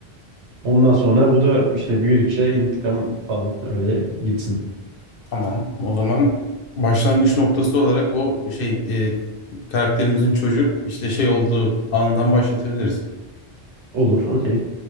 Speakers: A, on the right (about 85°); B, on the left (about 60°).
A: Ondan sonra bu da işte büyüdükçe intikam falan öyle gitsin.
B: Tamam o zaman başlangıç noktası olarak o şey e, karakterimizin çocuk işte şey olduğu andan başlatabiliriz.
A: Olur, okey.